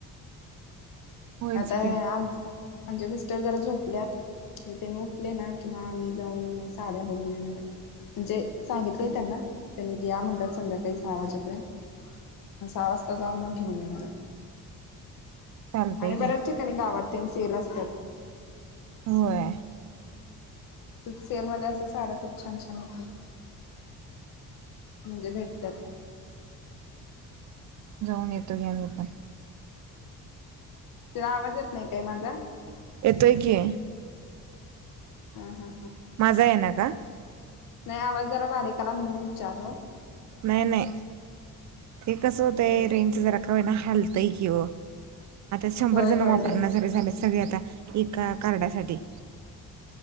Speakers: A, on the right; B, on the left.
A: होयच
B: आता
A: की
B: आम आमजे मिस्टर जरा झोपल्यात त्यानी उठले ना कि म आम्ही जाऊन साड्या बघून येणार आहे. म्हणजे सांगितलंय त्यांना त्यांनी ल म्हणतात संध्याकाळी सहा वाजेपर्यंत सहा वाजता जाऊन मग घेऊन येणार आहे.
A: चालतंय
B: आणि बऱ्याच
A: की
B: ठिकाणी गावात त्यांचे सेल असत्यात.
A: होय.
B: तप सेल मध्ये असे साड्या खूप छान छान येतात. म्हणजे भेटतात.
A: जाऊन येतो घी आम्ही पण
B: तुला आवाज येत नाही काय माझा.
A: येतोय की
B: हा ह ह
A: माझा आहे ना का
B: नाही आवाज जरा बारीक आला म्हणून विचार
A: नाही नाही हे कसं होत
B: ह
A: रेंजच जरा कावे ना हल कि आता शंभर
B: होय
A: जण
B: होय
A: वापर
B: रे
A: जर झाले सगळे आता एका कार्डासाठी